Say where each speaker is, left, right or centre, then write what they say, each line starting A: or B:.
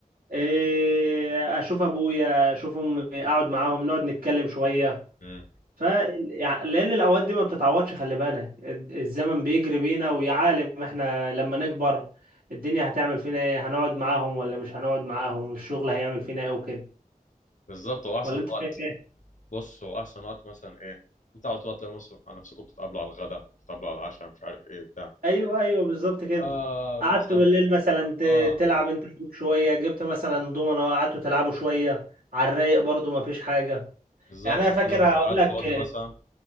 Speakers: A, on the right; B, on the left.
A: إيه، اشوف ابويا اشوف امي اقعد معاهم نقعد نتكلم شويه
B: امم
A: ف يعني لان الاوقات دي ما بتتعوضش خلي بالك الد- الزمن بيجري بينا ويا عالم احنا لما نكبر الدنيا هتعمل فينا ايه هنقعد معاهم ولا مش هنقعد معاهم الشغل هيعمل فينا ايه وكده
B: بالظبط هو احسن
A: ولا انت
B: وقت
A: شايف ايه
B: بص هو احسن وقت مثلا ايه انت على طول هتلاقي نفسك- نفسكم بتتقابلوا على الغدا بتتقابلوا على العشاء مش عارف ايه بتاع
A: ايوه ايوه بالظبط كده
B: اه
A: قعدت
B: مثلا
A: بالليل مثلا ت-
B: اه
A: تلعب انت وأبوك شويه جبت مثلا دومنا وقعدتوا تلعبوا شويه على الرايق برضو ما فيش حاجه
B: بالظبط
A: يعني انا فاكر
B: كل ما
A: هقول
B: تبقى قاعد
A: لك
B: فاضي مثلا